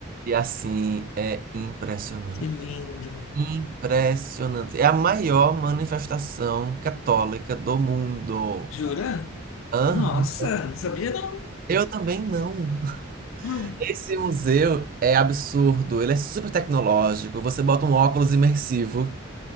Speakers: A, on the right; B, on the left.
A: E assim, é impressionante.
B: que lindo.
A: Impressionante. É a maior manifestação católica do mundo.
B: Jura?
A: Aham.
B: Nossa, não sabia não.
A: Eu também não.
B: Hum.
A: Esse museu é absurdo, ele é super tecnológico. Você bota um óculos imersivo